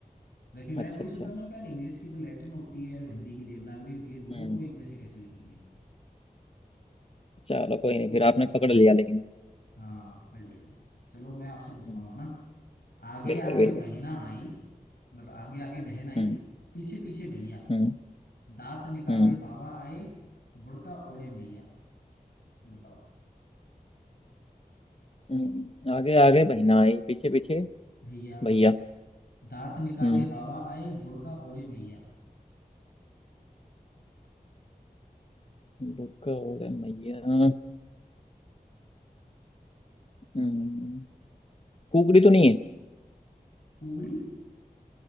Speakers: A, on the left; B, on the left.
A: जबकि मैं
B: अच्छा
A: वही
B: अच्छा
A: सोच रहा मैंने कहा यार, इंग्लिश की तो लैटिन होती है और हिंदी की देवनागरी होती है दोनों
B: हम्म
A: को एक जैसे कैसे लिखेंगे
B: चलो कोई नहीं
A: वो
B: फिर
A: थोड़ा
B: आपने
A: सा कंफ्यूज
B: पकड़ लिया
A: थे
B: लेकिन
A: हाँ पकड़ लिया फिर चलो मैं आपसे पूछता
B: हम्म,
A: हूँ है ना आगे
B: बिल्कुल
A: आगे
B: बिल्कुल
A: बहना आई मतलब आगे आगे बहन आई
B: हम्म
A: पीछे पीछे भैया
B: हम्म
A: दांत निकाले
B: हम्म
A: बाबा आए बुड़का ओढ़े मैया बताओ
B: हम्म, आगे आगे बहना आई पीछे पीछे
A: भैया
B: भैया
A: दांत निकाले
B: हम्म
A: बाबा आए बुड़का ओढ़े मैया
B: भुक्का ओले मैया हम्म, कुकड़ी तो नहीं है
A: उबड़ी